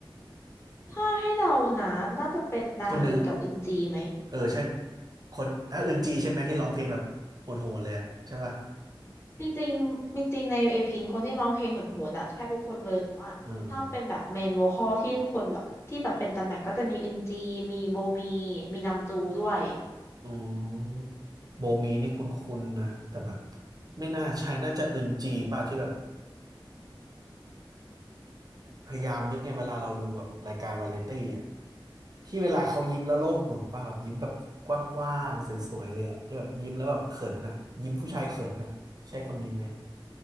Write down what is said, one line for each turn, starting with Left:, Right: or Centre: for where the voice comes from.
Left: ถ้าให้เดานะน่าจะเป็นนาอึนกับอึนจีไหม
Right: คนหนึ่งเออใช่คนอ่ะอึนจีใช่ไหมที่ร้องเพลงแบบโหดๆเลยอ่ะใช่ป่ะ
Left: จริงๆจริงๆในเอพิงคนที่ร้องเพลงโหดๆอะแทบทุกคนเลยแต่ว่าถ้าเป็นแบบเมนโวคอลที่ทุกคนแบบที่แบบเป็นตำแหน่งก็จะมีอึนจีมีโบมี
Right: เออ
Left: มีนำจูด้วย
Right: อืมโบมีนี่คุ้นๆนะแต่แบบไม่น่าใช่น่าจะอึนจีป่ะที่แบบ พยายามนึกไงเวลาเราดูแบบรายการวาไรตี้อ่ะที่เวลาเขายิ้มแล้วโลกหมุนป่ะแบบยิ้มแบบกว้างๆสวยๆเลยอ่ะที่แบบยิ้มแล้วแบบเขินอ่ะยิ้มผู้ชายเขินอ่ะใช่คนนี้ไหม